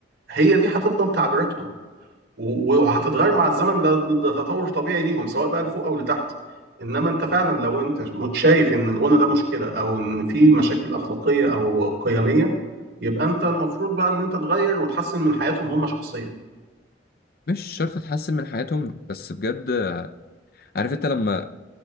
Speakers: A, on the right; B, on the left.
A: هي دي هتفضل تعبيراتهم و- وهتتغير مع الزمن ده, ده ده تطور طبيعي ليهم سواء بقى لفوق او لتحت انما انت فعلا لو انت م- شايف ان الغنى ده مشكله او ان في مشاكل اخلاقيه او قيميه يبقى انت المفروض بقى ان انت تغير وتحسن من حياتهم هم شخصيا
B: مش شرط تحسن من حياتهم بس بجد عارف انت لما